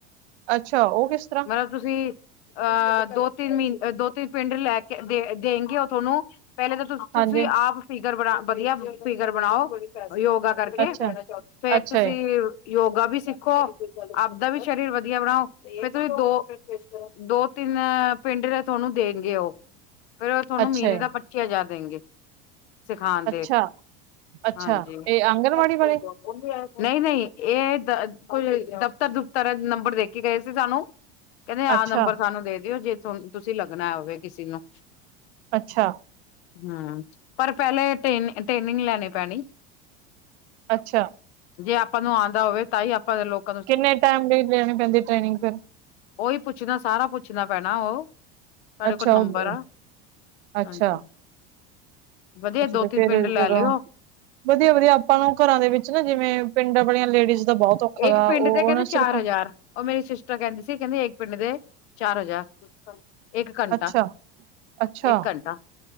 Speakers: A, on the right (about 80°); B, on the left (about 75°).
A: ਅੱਛਾ ਉਹ ਕਿਸ ਤਰ੍ਹਾਂ?
B: ਮਤਲਬ ਤੁਸੀਂ ਅ ਦੋ-ਤਿੰਨ ਮਹੀਨ ਦੋ-ਤਿੰਨ ਪਿੰਡ ਲੈ ਕੇ ਦੇ ਦੇਗੇ ਉਹ ਤੁਹਾਨੂੰ ਪਹਿਲੇ ਤਾਂ ਤੁਸੀਂ
A: ਹਾਂਜੀ
B: ਆਪ ਫਿਗਰ ਬਣਾ ਵਧੀਆ ਫਿਗਰ ਬਣਾਓ ਯੋਗਾ ਕਰਕੇ।
A: ਅੱਛਾ
B: ਫੇਰ
A: ਅੱਛਾ
B: ਤੁਸੀਂ
A: ਜੀ
B: ਯੋਗਾ ਵੀ ਸਿੱਖੋ ਆਪਦਾ ਵੀ ਸਰੀਰ ਵਧੀਆ ਬਣਾਓ ਫੇ ਤੁਸੀਂ ਦੋ ਦੋ-ਤਿੰਨ ਪਿੰਡ ਤੇ ਤੁਹਾਨੂੰ ਦੇਣਗੇ ਉਹ। ਫੇਰ ਤੁਹਾਨੂੰ
A: ਅੱਛਾ
B: ਮਹੀਨੇ
A: ਜੀ
B: ਦਾ ਪੱਚੀ ਹਜ਼ਾਰ ਦੇਣਗੇ। ਸਿਖਾਦੇ
A: ਅੱਛਾ ਅੱਛਾ
B: ਹਾਂਜੀ
A: ਇਹ ਆਂਗਣਵਾੜੀ
B: <inaudible>
A: ਵਾਲੇ
B: ਨਹੀਂ-ਨਹੀਂ ਇਹ ਕੋ ਦਫ਼ਤਰ-ਦੁਫ਼ਤਰ ਨੰਬਰ ਦੇ ਕੇ ਗਏ ਸੀ ਸਾਨੂੰ। ਕਹਿੰਦੇ ਆਹ
A: ਅੱਛਾ,
B: ਨੰਬਰ ਸਾਨੂੰ ਦੇ ਦਿਓ ਜੇ ਤੁ ਤੁਸੀਂ ਲੱਗਣਾ ਹੋਵੇ ਕਿਸੇ ਨੂੰ।
A: ਅੱਛਾ
B: ਹੂੰ ਪਰ ਪਹਿਲੇ ਟੇਨ ਟੇਨਿੰਗ ਲੈਣੀ ਪੈਣੀ।
A: ਅੱਛਾ।
B: ਜੇ ਆਪਾਂ ਨੂੰ ਆਦਾ ਹੋਵੇ ਤਾਂ ਹੀ ਆਪਾਂ ਲੋਕ
A: ਕਿੰਨੇ ਟਾਈਮ ਲਈ ਲੇਣੀ ਪੈਂਦੀ ਟ੍ਰੇਨਿੰਗ ਫੇਰ
B: ਉਓਹੀ ਪੁੱਛਣਾ ਸਾਰਾ ਪੁੱਛਣਾ ਪੈਣਾ ਉਹ। ਸਾਡੇ
A: ਅੱਛਾ
B: ਕੋਲ ਨੰਬਰ
A: ਉਹ
B: ਆ,
A: ਅੱਛਾ,
B: ਹਾਂਜੀ ਵਧੀਆ
A: ਅੱਛਾ
B: ਦੋ
A: ਜੀ
B: ਤਿੰਨ
A: ਫੇਰ
B: ਪਿੰਡ ਲੈ
A: ਜਦੋਂ
B: ਲਿਓ
A: ਵਧੀਆ-ਵਧੀਆ ਆਪਾਂ ਨੂੰ ਘਰਾਂ ਦੇ ਵਿੱਚ ਨਾ ਜਿਵੇਂ ਪਿੰਡਾਂ ਵਾਲੀਆਂ ਲੇਡੀਜ਼ ਦਾ ਬਹੁਤ ਔਖਾ
B: ਇੱਕ
A: ਗਾ
B: ਪਿੰਡ
A: ਉਹ
B: ਤੇ ਕਹਿੰਦੇ
A: ਉਹ ਨਾ
B: ਚਾਰ
A: ਸਿਰਫ
B: ਹਜ਼ਾਰ। ਉਹ ਮੇਰੀ ਸਿਸਟਰ ਕਹਿੰਦੀ ਸੀ ਕਹਿੰਦੀ ਇੱਕ ਪਿੰਡ ਦੇ ਚਾਰ ਹਜਾਰ। ਇੱਕ ਘੰਟਾ
A: ਅੱਛਾ, ਅੱਛਾ
B: ਇੱਕ ਘੰਟਾ